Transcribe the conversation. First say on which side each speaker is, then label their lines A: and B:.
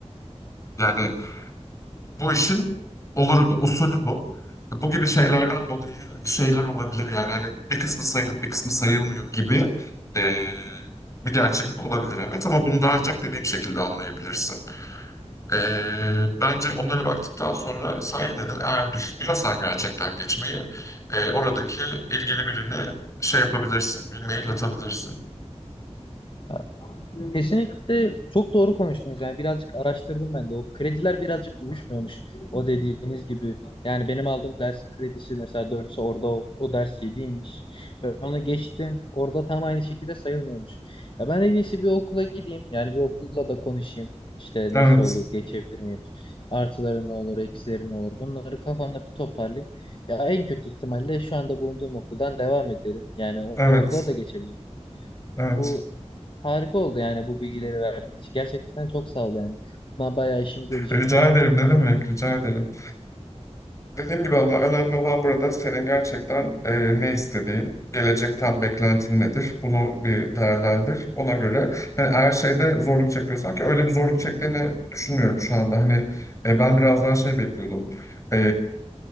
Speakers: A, on the left (about 25°); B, on the left (about 50°).
A: yani bu işin oluru bu, usulü bu. Bu gibi şeylerden dolayı şeyler olabilir yani hani bir kısmı sayılıp bir kısmı sayılmıyor gibi e, bir gerçeklik olabilir evet ama bunu da ancak dediğim şekilde anlayabilirsin. E, bence onlara baktıktan sonra sen yine de eğer düşünüyorsan gerçekten geçmeyi e, oradaki ilgili birine şey yapabilirsin, bir mail atabilirsin.
B: Ya, kesinlikle çok doğru konuştunuz. Yani birazcık araştırdım ben de. O krediler birazcık uyuşmuyormuş. O dediğiniz gibi. Yani benim aldığım dersin kredisi mesela dörtse orada o, o ders 7'ymiş. Ben onu geçtim. Orada tam aynı şekilde sayılmıyormuş. Ya ben en iyisi bir okula gideyim. Yani bir okulla da konuşayım. İşte
A: Evet,
B: nasıl olur, geçebilir miyim? Artıları ne olur, eksileri ne olur? Bunları kafamda bir toparlayayım. Ya en kötü ihtimalle şu anda bulunduğum okuldan devam ederim. Yani o,
A: evet,
B: o okula da geçebilirim.
A: evet.
B: Bu harika oldu yani bu bilgileri verdiğin için. Gerçekten çok sağ ol yani. Bundan bayağı işimi görecektir.
A: Rica ederim ne demek, rica ederim. Dediğim gibi Allah önemli olan burada senin gerçekten e, ne istediğin, gelecekten beklentin nedir? Bunu bir değerlendir. Ona göre hani her şeyde zorluk çekiyorsan ki öyle bir zorluk çektiğini düşünmüyorum şu anda. Hani e, ben biraz daha şey bekliyordum. E,